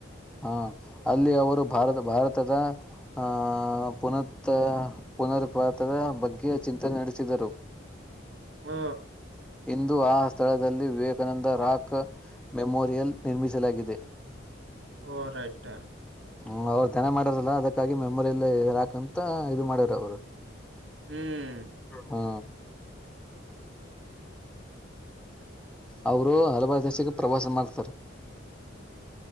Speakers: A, in the centre; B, on the right.
A: ಹಾ ಅಲ್ಲಿ ಅವರು ಭಾರತ ಭಾರತದ ಆಹ ಪುನತ್ ಪುನರ್ಪತದ ಬಗ್ಗೆ ಚಿಂತನೆ ನಡೆಸಿದರು.
B: ಹ್ಮ್
A: ಇಂದು ಆ ಸ್ಥಳದಲ್ಲಿ ವಿವೇಕಾನಂದ ರಾಕ್ ಮೆಮೋರಿಯಲ್ ನಿರ್ಮಿಸಲಾಗಿದೆ.
B: ಹೋ ರೈಟ್
A: ಹ್ಮ್ ಅವ್ರರು ದನ ಮಾಡಾರಲ್ಲ ಅದಕ್ಕಾಗಿ ಮೆಮೊರಿಯಲ್ಲ ಹಾಕಂತ ಇದು ಮಾಡಾರ್ ಇ ಅವ
B: ಹ್ಮ್
A: ಹಾ ಅವರು ಹಲವಾರು ದೇಶಕ್ಕೆ ಪ್ರವಾಸ ಮಾಡ್ತಾರೆ.